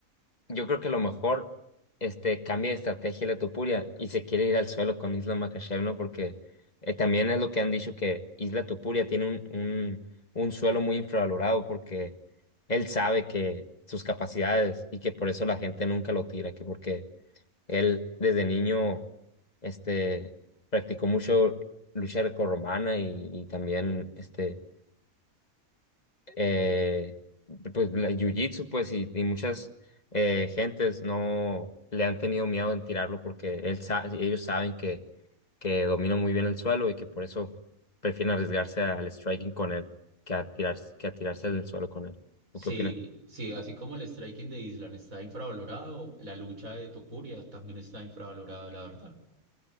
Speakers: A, on the left; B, on the right.
A: Yo creo que lo mejor, este, cambia de estrategia Letopuria y se quiere ir al suelo con Isla Makashevna porque eh, también es lo que han dicho que Isla Tupuria tiene un, un, un suelo muy infravalorado porque él sabe que sus capacidades y que por eso la gente nunca lo tira, que porque él desde niño, este, practicó mucho lucha grecorromana y, y también, este, eh, pues la- jiu-jitsu pues y, y muchas eh, gentes no le han tenido miedo en tirarlo porque él sa- ellos saben que, que domina muy bien el suelo y que por eso prefieren arriesgarse al striking con él que a tirar, que a tirarse al suelo con él.
B: Sí,
A: ¿O qué opinas?
B: sí, así como el striking de Island está infravalorado, la lucha de Topuria también está infravalorada, la verdad.